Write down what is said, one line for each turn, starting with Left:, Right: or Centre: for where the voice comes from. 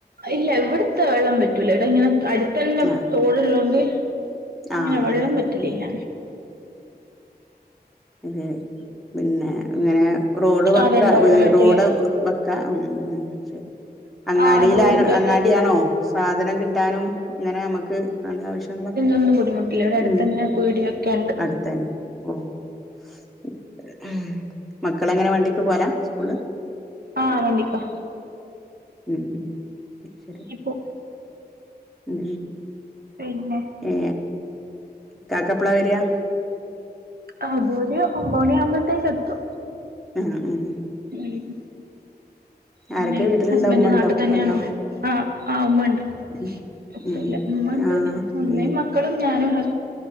Right: ഇല്ല ഇവിടത്തെ വെള്ളം പറ്റൂല. ടാ ഇങ്ങനെ അടുത്തന്നെ
Centre: ആഹ്
Right: തോട്ള്ളോണ്ട് അങ്ങനെ
Centre: ആഹ്
Right: വെള്ളം
Centre: അതെ അതെ
Right: പറ്റലില്ല.
Centre: ഉം അതെ പിന്നെ ഇങ്ങനെ റോഡ് വെക്ക
Right: ആടെണ്ടോ
Centre: വീ
Right: വെള്ളം വറ്റല്
Centre: റോഡ് വക്കാ ഉം ഉ ശരി. അങ്ങാടിൽ
Right: ആഹ് റോഡിന്റെ
Centre: അ അങ്ങാടിയണോ സാധനം കിട്ടാനും ഇങ്ങനെ ഞമുക്ക് വേണ്ട ആവശ്യങ്ങള
Right: ന്നും ബുദ്ധിമുട്ടില്ല. ഇവിടെ അടുതന്നെ
Centre: ഉം
Right: പീടിയൊക്കെണ്ട്.
Centre: അടുത്തന്നെ ഓ ഓ ഉം മക്കളെങ്ങനെ വണ്ടിക്ക് പോല സ്കൂൾല്
Right: ആഹ് വണ്ടിക്കോ
Centre: ഉം ശരി
Right: എപ്പോ
Centre: ഉം
Right: പിന്നെ
Centre: ഏ കാക്കപ്പ്ള വെര
Right: ആ ഒരു ഒമ്പത് മണി ആവുമ്പോത്തേക്ക് എത്തും
Centre: ഉം ഉം
Right: ഉം പിന്നെ
Centre: ആരൊക്കെ വീട്ടിലുള്ള
Right: ഹസ്ബന്റ്
Centre: ഉമ്മ ഉണ്ടോ
Right: നാട്ടി
Centre: ഉപ്പ
Right: തന്ന്യാണോ
Centre: ഉണ്ടോ
Right: ആഹ് ആ ഉമ്മ ണ്ട്
Centre: ഉം
Right: ഉപ്പയില്ല
Centre: ഉം
Right: ഉമ്മണ്ട്
Centre: ആഹ്
Right: ഉമ്മേം
Centre: ഉം
Right: മക്കളും ഞാനും ഹസ്